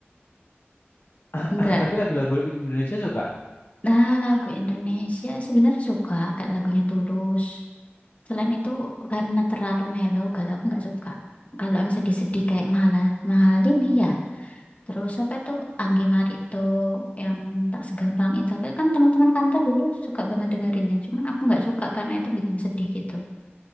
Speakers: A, on the left; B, on the left.
A: <clears throat>
B: Enggak.
A: tapi lagu-lagu Indonesia suka
B: Nah, lagu Indonesia sebenarnya suka kayak lagunya Tulus. Selain itu karena terlalu mellow galau aku nggak suka. Kalau yang sedih-sedih kayak Mahala Mahalini ya. Terus apa itu Anggi Marito yang tak segampang itu. Tapi kan teman-teman kantor dulu suka banget dengerinnya. Cuman aku nggak suka karena itu bikin sedih gitu.